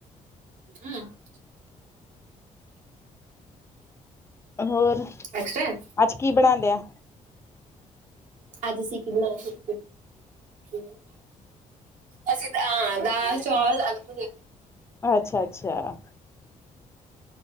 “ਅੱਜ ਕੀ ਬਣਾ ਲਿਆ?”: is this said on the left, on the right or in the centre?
Left